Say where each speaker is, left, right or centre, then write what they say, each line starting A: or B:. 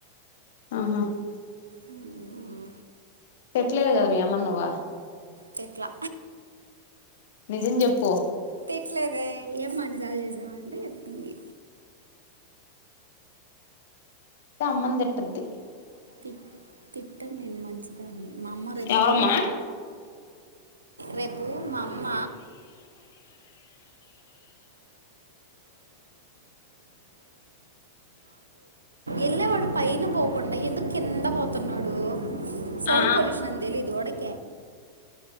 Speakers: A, on the left; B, on the right.
A: ఆహా
B: హ్మ్
A: పెట్టలేదు కదా మీ అమ్మకు నువ్వు
B: పెట్లా
A: నిజం చెప్పు
B: తిట్లేదే ఏం మా అన్నిసార్లు చేసావు అంటే చెప్పింది
A: అయితే అమ్మ ని తిట్టాద్దు
B: తిట్ తిట్టాను నేను మంచిదాన్ని మా అమ్మ రేపు
A: ఎవరమ్మా
B: రేపు మా అమ్మ ఎల్లే వాడు పైన పోకుండా ఎల్ కింద పోతున్నాడు సౌండ్
A: ఆ
B: పొల్యూషన్ అని తెలిదు వాడికి